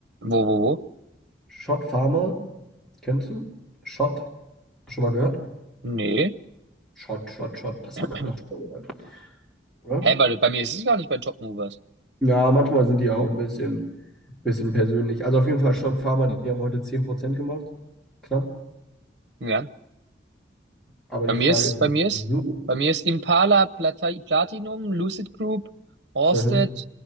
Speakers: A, on the right; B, in the centre.
A: Wo, wo, wo?
B: Schott Pharma, kennst du? Schott, schon mal gehört?
A: Nee.
B: Schott, Schott, Schott, das
A: <clears throat>
B: hat man doch schon mal gehört, oder?
A: Hä, bei, bei mir ist es gar nicht bei Top Movers.
B: Ja, manchmal sind die auch ein bisschen, bisschen persönlich. Also auf jeden Fall Schott Pharma, die haben heute 10% gemacht, knapp.
A: Ja.
B: Aber
A: Bei
B: die
A: mir
B: Frage
A: ist,
B: ist,
A: bei mir ist,
B: so.
A: bei mir ist Impala Plata- Platinum, Lucid Group, Orsted,
B: Mhm.